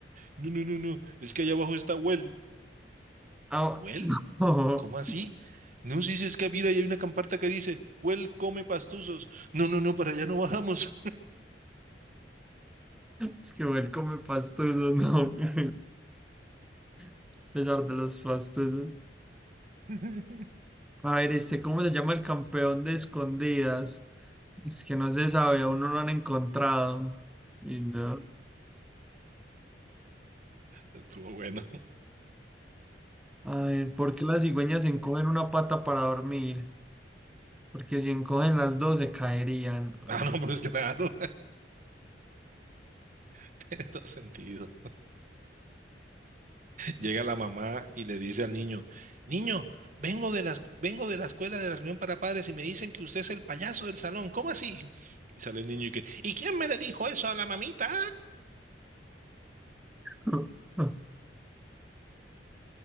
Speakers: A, on the right; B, in the centre.
A: No, no, no, no, es que allá abajo está Well.
B: Ah,
A: ¿Well?
B: <laughs> no.
A: ¿Cómo así? No, si es que mira, ahí hay una camparta que dice, Well, come pastuzos. No, no, no, para allá no bajamos.
B: Es que él come pastuso, no. <laughs> A pesar de los pastusos.
A: <laughs>
B: A ver, este, ¿cómo se llama el campeón de escondidas? Es que no se sabe, aún no lo han encontrado. Y no.
A: Estuvo bueno.
B: A ver, ¿por qué las cigüeñas encogen una pata para dormir? Porque si encogen las dos se caerían. Ay,
A: Ah, no, pues claro, <laughs> todo sentido. Llega la mamá y le dice al niño, niño, vengo de la, escu- vengo de la escuela de la reunión para padres y me dicen que usted es el payaso del salón. ¿Cómo así? Y sale el niño y que, ¿y quién me le dijo eso a la mamita?
B: no. <laughs>